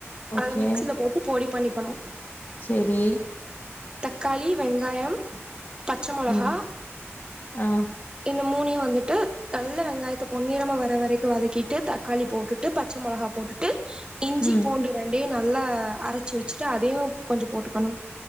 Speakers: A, on the left; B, on the right.
A: ஓகே.
B: அத மிக்சில போட்டு பொடி பண்ணிக்கணு
A: செரி
B: தக்காளி வெங்காயம் பச்ச மொளகா
A: ம். ஆ.
B: இந்த மூணையு வந்துட்டு நல்ல வெங்காயத்த பொன்னிரமா வர வரைக்கு வதக்கிட்டு தக்காளி போட்டுட்டு பச்ச மொளகா போட்டுட்டு இஞ்சி
A: ம்.
B: பூண்டு ரெண்டையு நல்லா அரச்சி வச்சிட்டு அதையு கொஞ்ச போட்டுக்கனு